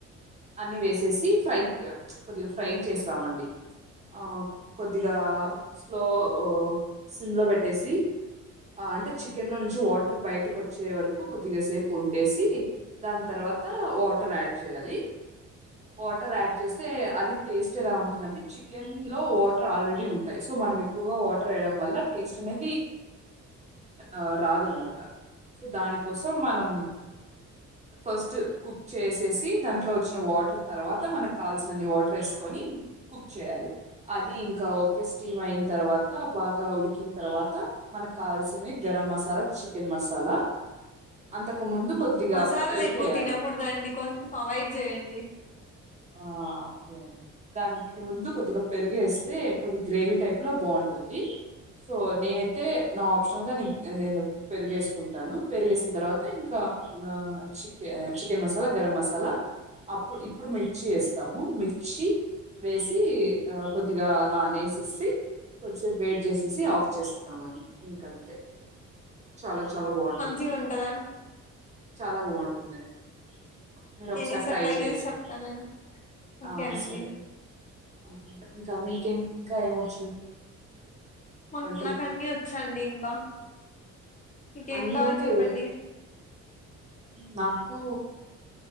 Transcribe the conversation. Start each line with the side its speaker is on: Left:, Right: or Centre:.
Right: అన్ని వేసేసి ఫ్రై కొద్దిగా ఫ్రై చేస్తామండి. ఆహ్ కొద్దిగా స్లో ఆహ్ సిమ్ లో పెట్టేసి. ఆహ్ అంటే చికెన్ లో నుంచి వాటర్ బయటకి వచ్చే వరకు కొద్దిగాసేపు ఉండేసి దాని తర్వాత. తర్వాత వాటర్ యాడ్ చేయాలి. వాటర్ యాడ్ చేస్తే అది టేస్ట్ ఎలా ఉంటుందింటే చికెన్ లో వాటర్ ఆల్రెడీ ఉంటాయి సో మనం. ఎక్కువగా వాటర్ ఆడ్ అవ్వాలే టేస్ట్ అనేది ఆహ్ రాదనమాట సో దానికోసం మనం. ఫస్ట్ కుక్ చేసేసి దాంట్లో వచ్చిన వాటర్ తర్వాత మనకు కాల్సినన్ని వాటర్ వంపేసుకొని. వంపేసుకొని కుక్ చేయాలి అది ఇంకా ఒకె స్ట్రేన్. తర్వాత బాగా ఉడికిన తర్వాత మనకు కావాల్సినవి గరం మసాలా చికెన్ మసాలా. అంతకు ముందు. కొద్దిగా
Left: మసాలాలు
Right: పెరుగేయాలి
Left: ఎక్కువ తినకూడదండి కొంచెం అవాయిడ్ చేయండి.
Right: ఆహ్ ఓకే అండి దానికి ముందు కొద్దిగా పెరుగేస్తే కొద్ది గ్రేవీ టైప్ లో బాగుంటది. ఉంటది. సో నేనైతే నా ఆప్షనల్ గా న నేను పెరిగేసుకుంటాను పెరిగేసిన తర్వాత ఇంకా. ఆహ్ చికె ఆహ్ చికెన్ మసాలా గరం మసాలా అప్పుడు ఇప్పుడు. మిర్చి వేస్తాము మిర్చి వేసి ఆహ్ కొద్దిగా అలానేసేసి. కొద్దిసేపు వెయిట్ చేసేసి ఆఫ్ చేస్తామని ఇంకంతే చాలా. చాలా బాగుంటుంది
Left: మంచిగా ఉంటదా
Right: చాలా బాగుంటుందాండి. మీరు
Left: నేను
Right: ఒకసారి
Left: ఈసారి
Right: ట్రై చెయండి
Left: చేసి చెప్తానండి ఓకే
Right: ఆహ్
Left: అండి
Right: సరే. ఆహ్ ఇంకా మీకెం ఇంకా ఏమొచ్చు.
Left: మా
Right: వంటలు
Left: నాకు అన్నీ వచ్చండి ఇంకా. మీకేం
Right: అన్ని
Left: కావాలి
Right: అంటే
Left: చెప్పండి.
Right: నాకు.